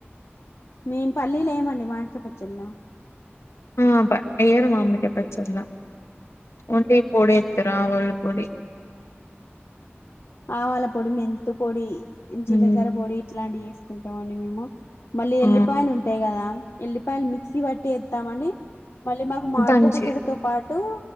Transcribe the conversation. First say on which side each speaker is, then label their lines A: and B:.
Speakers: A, on the left; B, on the left.
A: మేం పల్లీలు ఏయి మండి మామిడి కాయ పచ్చడిలో
B: ఉమ్ వేయ్యరు మామిడి కాయ పచ్చల ఓన్లీ పొడి ఎతారు ఆ వాళ్ళ పొడి
A: ఆవల పొడి మెంతు పొడి జీలకర్ర
B: ఉమ్.
A: పొడి ఇట్లాంటివి వేసుకుంటామండి మేము మళ్ళీ
B: ఆ
A: ఎల్లిపాయలు ఉంటాయి కదా ఎల్లిపాయలు మిక్సీ బట్టి ఎస్తామని మళ్ళీ మాకు మామిడికాయ
B: దంచి
A: పచ్చడి తొక్కు పాటు